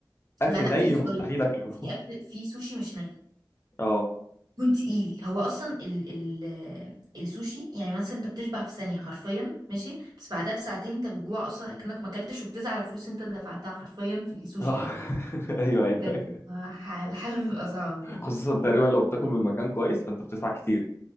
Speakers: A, on the left; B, on the right.
A: اكل
B: لا لا
A: ني
B: في فرايد
A: مستحيل اكله
B: في
A: <laughs>
B: أكل في سوشي مش ني
A: اه
B: كنت تقيل هو أصلا ال ال السوشي يعني مثلا أنت بتشبع في ثانية حرفيا ماشي بس بعدها بساعتين أنت بتجوع أصلا أكنك ما أكلتش وبتزعل على الفلوس أنت دفعتها حرفيا في السوشي
A: اه
B: ده
A: <laughs> ايوه ايوه
B: بجد ما ح- الحل بيبقى صعب بجد
A: خصوصا تقريبا لو بتاكل من مكان كويس فانت بتدفع كتير